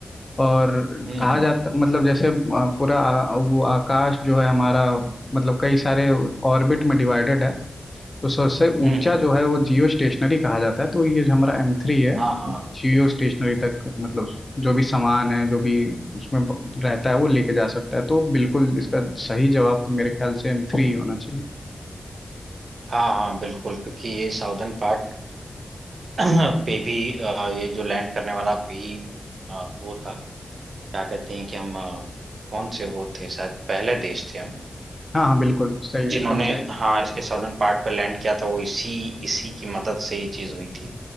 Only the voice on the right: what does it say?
हम्म
हम्म
हम्म
हम्म
हाँ हाँ
हाँ हाँ बिल्कुल क्योंकि ये साउदर्न पार्ट <clears throat> पे भी अ, ये जो लैंड करने वाला भी अ, वो था क्या कहते हैं कि हम अ, कौन से वो थे शायद पहले देश थे हम
जिन्होंने
हाँ इसके साउदर्न पार्ट पे लैंड किया था वो इसी इसी की मदद से ये चीज हुई थी